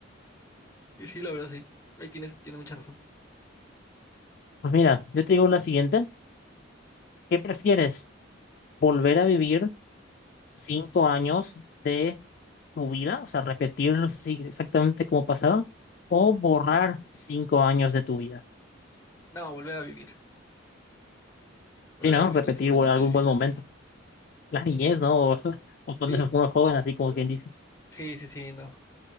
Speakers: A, on the left; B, on the left.
A: Y sí, la verdad, sí. Ahí tienes, tienes mucha razón.
B: Pues mira, yo te digo la siguiente. ¿Qué prefieres? ¿Volver a vivir cinco años de tu vida? O sea, repetirlos así exactamente como pasaron. ¿O borrar cinco años de tu vida?
A: No, volver a vivir. Volver
B: Sí, ¿no?
A: a vivir
B: Repetir
A: los cinco
B: bu-
A: años
B: algún
A: de mi
B: buen
A: vida,
B: momento.
A: sí.
B: <laughs> La niñez,
A: Sí,
B: ¿no? <laughs> O, o cuando
A: sí,
B: eres muy joven, así como
A: eh,
B: quien dice.
A: sí, sí, sí, no.